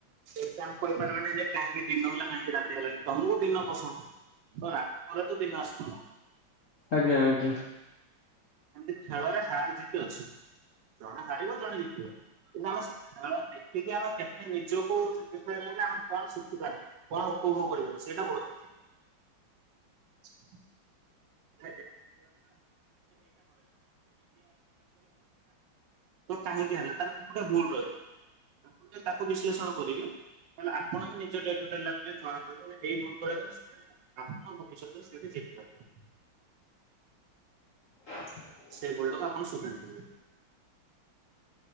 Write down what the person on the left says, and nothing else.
ଆଜ୍ଞା ଆଜ୍ଞା।
<inaudible>